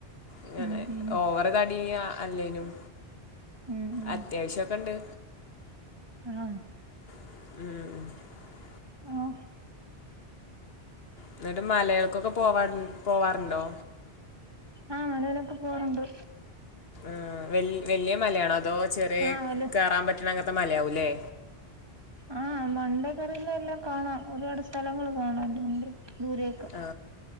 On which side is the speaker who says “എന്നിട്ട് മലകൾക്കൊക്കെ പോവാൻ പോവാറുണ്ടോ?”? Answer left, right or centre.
Left